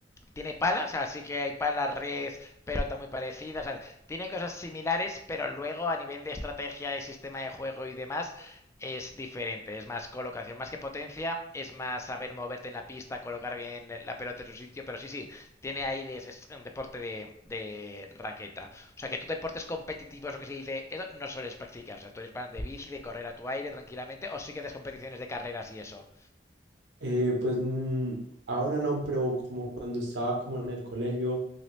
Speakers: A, on the left; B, on the right.
A: tiene palas, o sea, sí que hay palas, red, pelota muy parecida, o sea, tiene cosas similares, pero luego a nivel de estrategia y sistema de juego y demás es diferente, es más colocación, más que potencia, es más saber moverte en la pista, colocar bien la pelota en su sitio, pero sí, sí, tiene aire, es, es un deporte de, de raqueta. O sea, que tú deportes competitivos, lo que se dice, eso no sueles practicar, o sea, tú eres más de bici, de correr a tu aire tranquilamente, o sí que haces competiciones de carreras y eso.
B: Eh, pues mm, ahora no, pero como cuando estaba como en el colegio,